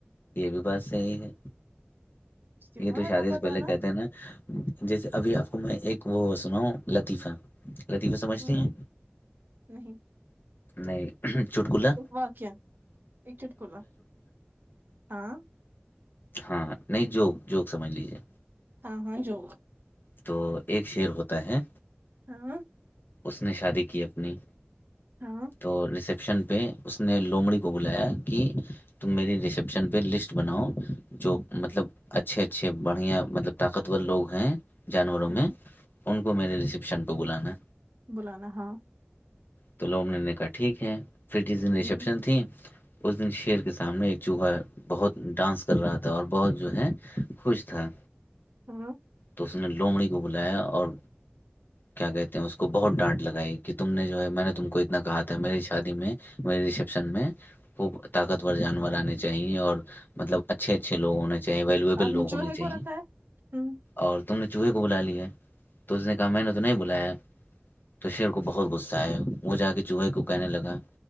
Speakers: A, on the left (about 60°); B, on the right (about 60°).
A: یہ بھی بات صحی ہے
B: اس کے
A: یہ
B: بعد
A: تو شادی
B: آپ بتانا
A: سے پہلے کہتے ہیں نا جیسے ابھی آپ کو میں ایک وہ سنا ہ لطیفہ لطیفہ سمجھتی
B: ہوں
A: ہیں
B: نہیں
A: نہیں چٹکلا
B: ایک واقع ایک چٹکلا ہاں
A: ہاں نہیں جوک جوک سمجھ لیجیے
B: ہاں ہاں جو
A: تو ایک شعر ہوتا ہے
B: ہاں
A: اس نے شادی کی اپنی
B: ہاں
A: تو رس آشن پہ اس نے لومڑی کو بلایا کہ ت میری ریسیپشن پ لسٹ بناؤ جو مطلب اچھے اچھے بڑھیا مطلب طاقتور لوگ ہیں جانوروں
B: ہوں
A: میں ان کو میرے ریسیپشن پہ بلانا
B: بولانا ہاں
A: تو لوگوں نے نے کہا ٹھیک ہے پھر جس دن ریسیپشن
B: ہوں
A: تھیں اس دن شیر کے سامنے ایک چوہا بہت ڈانس کر رہا تھا اور بہت جو ہے خوش تھا
B: ہھ
A: تو اس نے لومڑی کو بلایا اور کیا کہتے ہیں اس کو بہت ڈانٹ لگائی کہ تم نے جو ہے میں نے تم کو اتنا کہا تھا میری شادی میں مے رسیپشن میں خوب طاقتور جانور آنے چاہیے اور مطلب اچھے اچھے لوگ ہونے چاہیے ویلیویبل
B: آپ
A: لوگ
B: نے چوہے
A: ہونے چاہیے
B: کو رکھا ہے ہ
A: اور تم نے چوہے کو بلا لیا ہے تو اس نے کہا میں نے تو نہیں بلایا ہے تو شیر کو بہت غصہ آئے وہ جا کے چوہے کو کہنے لگا